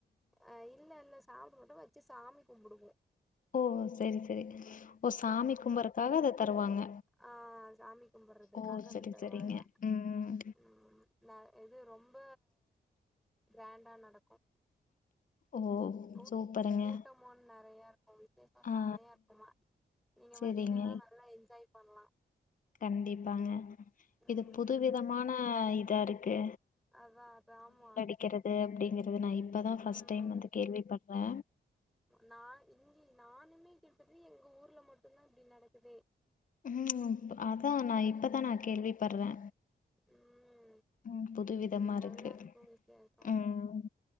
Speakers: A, in the centre; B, on the left (about 50°).
A: அ இல்ல இல்ல சாப்ட மாட்டோ வெச்சு சாமி கும்புடுவோ
B: ஓ சேரி சேரி ஓ சாமி கும்பறக்காக அத தருவாங்க
A: ஆ சாமி கும்புட்றதுக்காக
B: ஓ
A: அது
B: செரி
A: தருவாங்க
B: செரிங்க ம்
A: ம் ந இது ரொம்ப கிராண்டா நடக்கு
B: ஓ
A: கூட்
B: சூப்பருங்க
A: கூட்டமு நெறையா இருக்கு விசேஷ செம்மயா
B: ஆ
A: இருக்குமா நீங்க
B: செரிங்க
A: வந்தீங்கனா நல்லா என்ஜாய் பண்லா
B: கண்டிப்பாங்க இது
A: ம்
B: புது விதமான இதா இருக்கு
A: அதா அதா ஆமா
B: வெக்கிறது அப்டிங்கறது நா இப்ப தா ஃபஸ்ட்
A: ம்
B: டைம் வந்து கேள்விப்பட்றே
A: நா இங்கி நானுமே கேட்டது எங்க ஊர்ல மட்டுந்தா இப்டி நடக்குது
B: ம் அதா நா இப்பதா நா கேள்வி பட்றே
A: ம்
B: ம் புதுவிதமா இருக்கு
A: நல்லா வித்தியாசோ
B: ம்